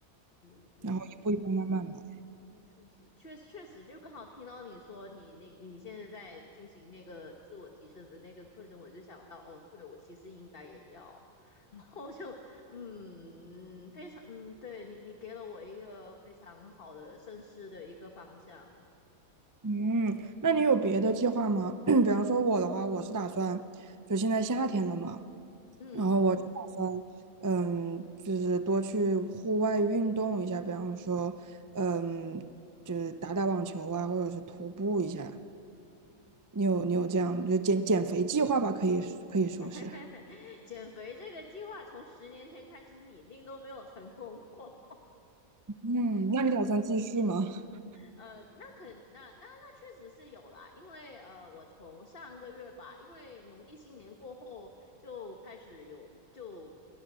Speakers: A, on the left; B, on the right.
A: 嗯，对对对对。
B: 然后一步一步慢慢来。
A: 确实，确确实，就刚好听到你说你那你现在在进行那个自我提升的那个课程，我就想到，哦，对，我其实应该也要，<laughs> 然后就嗯，非常嗯，对你你给了我一个非常好的深思的一个方向，
B: 嗯，那你有别的计划吗？<clears throat> 比方说我的话，我是打算就现在夏天了嘛，
A: 嗯，
B: 然后我就打算，嗯，就是多去户外运动一下，比方说，嗯，就是打打网球啊，或者是徒步一下。你有你有这样就减减肥计划吧？可以可以说是。
A: <laughs> 减肥这个计划从十年前开始拟定都没有成功过。
B: 嗯，那你打算继续吗？<laughs>
A: 呃，那肯那那那确实是有啦，因为呃，我从上个月吧，因为农历新年过后就开始有就